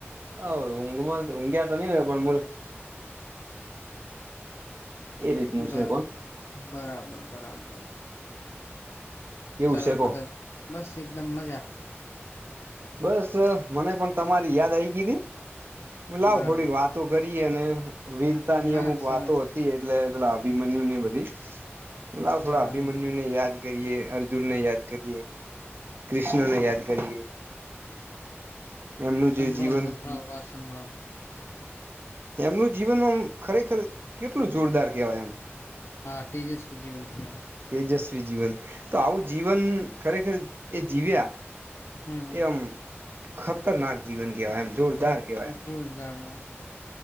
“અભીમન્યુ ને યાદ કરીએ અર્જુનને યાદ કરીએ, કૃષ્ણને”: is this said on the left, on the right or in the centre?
Right